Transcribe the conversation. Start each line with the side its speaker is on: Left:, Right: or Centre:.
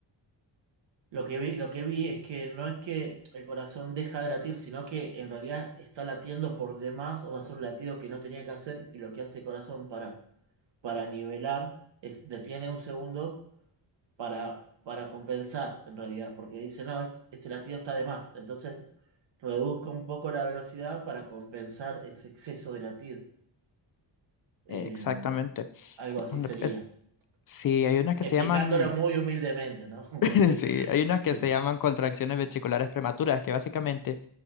Right: Lo que vi, lo que vi es que no es que el corazón deja de latir, sino que en realidad está latiendo por demás, o sea, es un latido que no tenía que hacer, y lo que hace el corazón para, para nivelar es detiene un segundo para, para compensar, en realidad, porque dice, no, este, este latido está de más. Entonces, reduzco un poco la velocidad para compensar ese exceso de latido. Eh,
Left: Eh, Exactamente.
Right: algo
Left: Y
Right: así
Left: una-
Right: sería.
Left: es- sí,
Right: Ex-
Left: hay unas que
Right: Explicándolo
Left: se llaman,
Right: muy humildemente, ¿no? <laughs>
Left: <laughs>
Right: Porque,
Left: sí, hay unas que
Right: sí,
Left: se llaman contracciones ventriculares prematuras, que básicamente